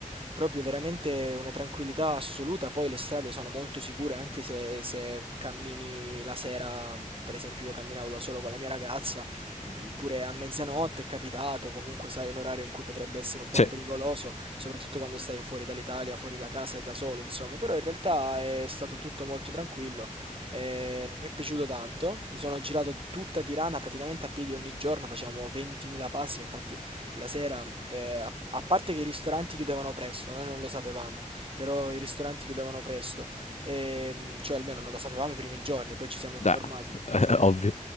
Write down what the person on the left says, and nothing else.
Sì,
dai, <laughs> eh, ovvio.